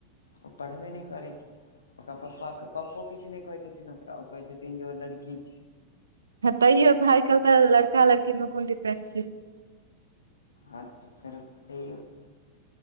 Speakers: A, on the left (about 70°); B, on the right (about 75°).
A: ओ पढ़बे नहि करैत छै ओकरा पपा पप्पो किछु नहि कहे छथिन ओकरा ओ कहे छथिन जे ओ लड़की
B: तैयो भाय काल्हि तऽ लड़का लड़कीमे कोन दिक्कत छै
A: अ तऽ करर त <inaudible>